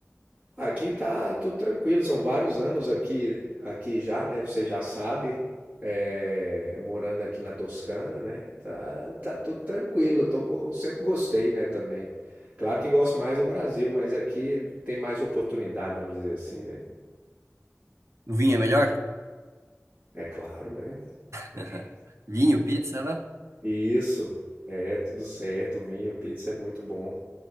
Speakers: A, on the right (about 30°); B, on the right (about 70°).
A: Aqui tá tudo tranquilo, são vários anos aqui, aqui já, né? Você já sabe, é, morando aqui na Toscana, né? Tá, tá tudo tranquilo, tô, go- sempre gostei, né, também. Claro que gosto mais do Brasil, mas aqui tem mais oportunidade, vamos dizer assim, né?
B: Vinho é melhor?
A: É claro, né?
B: <laughs>
A: Acho.
B: Vinho, pizza, né?
A: E Isso, é tudo certo, vinho, pizza é muito bom.